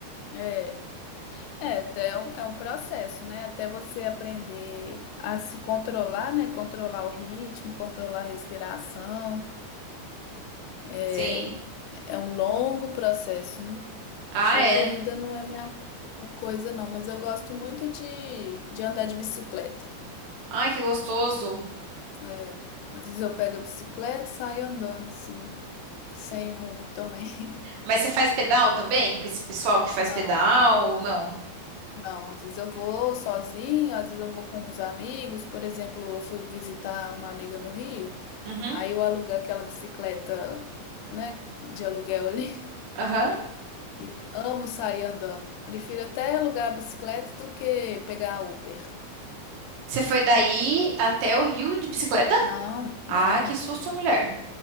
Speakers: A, on the left; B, on the right.
A: É, é, até é um, é um processo, né? Até você aprender a se controlar, né? Controlar o ritmo, controlar a respiração. É,
B: Sim.
A: é um longo processo. né?
B: Ah,
A: Eu
B: é.
A: corrida não é minha coisa, não, mas eu gosto muito de, de andar de bicicleta.
B: Ai, que gostoso.
A: É, às vezes eu pego a bicicleta e saio andando assim, sem rumo também. <laughs>
B: Mas você faz pedal também? Com esse pessoal que faz
A: Não,
B: pedal? Não.
A: não, às vezes eu vou sozinho, às vezes eu vou com os amigos. Por exemplo, eu fui visitar uma amiga no Rio,
B: Uhum.
A: aí eu aluguei aquela bicicleta, né, de aluguel ali. <laughs>
B: Aham.
A: E amo sair andando. Prefiro até alugar a bicicleta do que pegar Uber.
B: Você foi daí até o Rio de bicicleta?
A: Não,
B: Ah,
A: não.
B: que susto, mulher.